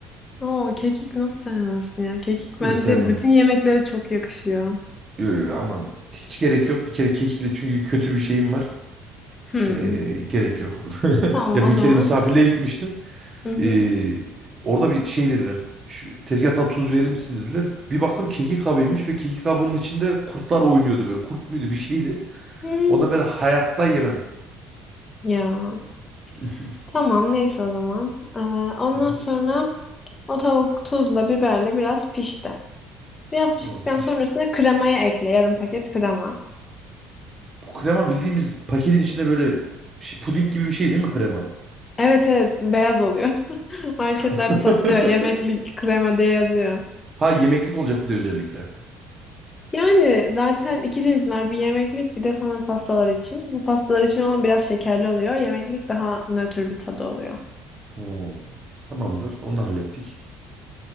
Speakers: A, on the left (about 30°); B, on the right (about 35°).
A: Oo, kekik nasıl sevmezsin ya? Kekik
B: Yok
A: bence
B: sevmem.
A: bütün yemeklere çok yakışıyor.
B: Yo, yo, aman hiç gerek yok. Bir kere kekikle çünkü kötü bir şeyim var.
A: Hmm.
B: Eee, gerek yok. <laughs>
A: Tamam
B: Ya
A: o
B: bir
A: zaman.
B: kere misafirliğe gitmiştim.
A: Hı hı.
B: Eee, orada bir şey dediler. Şu tezgahtan tuz verir misin dediler. Bir baktım kekik kabıymış ve kekik kabının içinde kurtlar oynuyordu böyle. Kurt muydu bir şeydi.
A: Hmm,
B: Ondan beri hayatta yemem.
A: Ya
B: <laughs>
A: tamam neyse o zaman. Ee, ondan
B: Hı hı.
A: sonra o tavuk tuzla biberle biraz pişti. Biraz piştikten
B: Tamam pişti.
A: sonra üstüne kremayı ekle. Yarım paket krema.
B: Bu krema bildiğimiz paketin içinde böyle şi- puding gibi bir şey değil mi krema?
A: Evet evet beyaz oluyor. <laughs> Marketlerde
B: <laughs>
A: satılıyor. Yemeklik krema diye yazıyor.
B: Ha yemeklik olacak bir de özellikle.
A: Yani zaten iki çeşitler bir yemeklik bir de sanırım pastalar için. Bu pastalar için olan biraz şekerli oluyor. Yemeklik daha nötr bir tadı oluyor.
B: Hmm. Tamamdır. Onu da hallettik.